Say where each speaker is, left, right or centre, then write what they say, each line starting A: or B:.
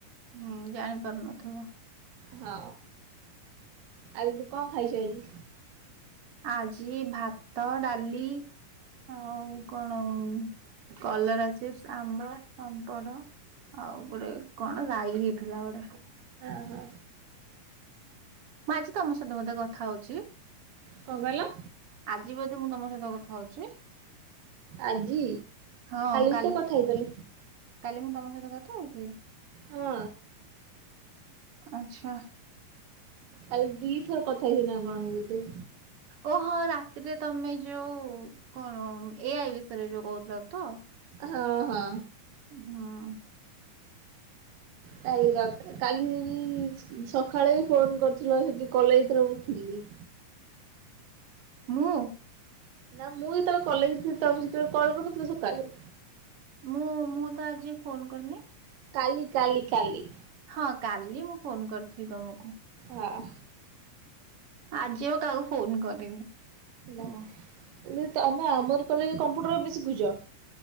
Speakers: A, on the right; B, on the right.
A: ହୁଁ, ଜାଣି ପାରୁନଥିବ।
B: ହଁ, ଆଜି ତୁ କଣ ଖାଇଛୁ ଆଜି?
A: ଆଜି ଭାତ, ଡାଲି। ଆଉ କଣ କଲରା ଚିପ୍ସ, ଆମ୍ବ, ପାମ୍ପଡ। ଆଉ ଗୋଟେ କଣ ରାଇ ହେଇଥିଲା ଗୋଟେ।
B: ଓ ହୋ।
A: ମୁଁ ଆଜି ତମ ସହିତ ବୋଧେ କଥା ହଉଛି?
B: କଣ କହିଲ?
A: ଆଜି ବୋଧେ ମୁଁ ତମ ସହିତ କଥା ହଉଛି?
B: ଆଜି?
A: ହଁ କାଲି,
B: ବି ତ କଥା ହେଇଥିଲ
A: କାଲି ମୁଁ ତମ ସହିତ କଥା ହେଇଥିଲି?
B: ହଁ
A: ଆଚ୍ଛା।
B: କାଲି ଦି ଥର କଥା ହେଇଛି ନା କଣ ବୋଧେ।
A: ଓ ହଁ ରାତିରେ ତମେ ଯୋଉ, କଣ ଏଆଇ ବିଷୟରେ ଯୋଉ କହୁଥିଲ ତ?
B: ହଁ ହଁ।
A: ହୁଁ।
B: କାଲି ରାତିରେ, କାଲି ବି ସକାଳେ ଫୋନ କରିଥିଲ ସେଠି କଲେଜରେ ମୁଁ ଥିଲି।
A: ମୁଁ?
B: ନା ମୁଁ ଯେତେବେଳେ କଲେଜ ଥିଲି, ତମେ ସେତେବେଳେ କରିନଥିଲ ସକାଳେ।
A: ମୁଁ, ମୁଁ ତ ଆଜି ଫୋନ କରିନି।
B: କାଲି କାଲି କାଲି।
A: ହଁ, କାଲି ମୁଁ ଫୋନ କରିଥିଲି ତମକୁ।
B: ହଁ।
A: ଆଜିି ଆଉ କାହାକୁ ଫୋନ କରିନି।
B: ନା।
A: ଓ
B: କିନ୍ତୃ ତମେ ଆମରି କଲେଜରେ କମ୍ପ୍ୟୁଟର ଏବେ ଶିଖୁଛ?